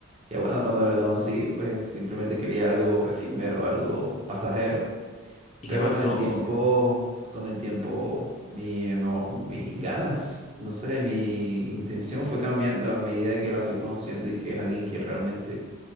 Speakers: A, on the right; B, on the left.
A: que bueno, cuando la conocí, pues simplemente quería algo efímero, algo pasajero,
B: ¿y
A: pero
B: qué pasó?
A: con el tiempo, con el tiempo, mi, emo- mis ganas, no sé, mi intención fue cambiando a medida que la fui conociendo y que es alguien que realmente